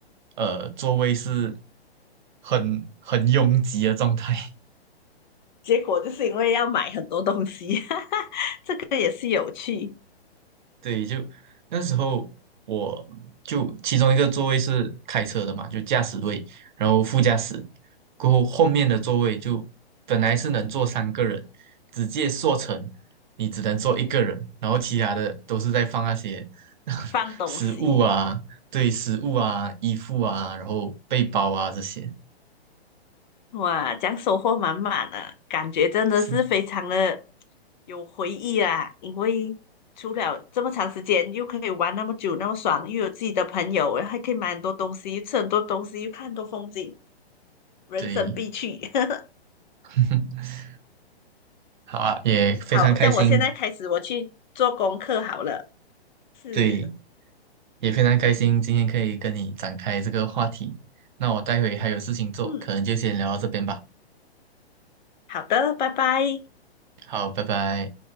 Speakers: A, on the right (about 50°); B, on the left (about 45°).
A: 呃座位是很很拥挤的状态。
B: 结果就是因为要买很多东西，<laughs> 这个也是有趣，
A: 对，就那时候我就其中一个座位是开车的嘛，就驾驶位，然后副驾驶，过后后面的座位就本来是能坐三个人，直接缩成你只能坐一个人，然后其他的都是在放那些 <laughs>
B: 放东西，
A: 食物啊，对，食物啊，衣服啊，然后背包啊这些，
B: 哇，这样收获满满的，感觉真的是非常的
A: 是，
B: 有回忆啊！因为除了这么长时间，又可以玩那么久，那么爽，又有自己的朋友，还可以买很多东西，吃很多东西，又看很多风景，人生必去。
A: 对，
B: <laughs>
A: <laughs> 好啊，也非常开心，
B: 好，这样我现在开始我去做功课好了。是，
A: 对，也非常开心今天可以跟你展开这个话题。那我待会还有事情做，
B: 嗯，
A: 可能就先聊到这边吧。
B: 好的，拜拜。
A: 好，拜拜。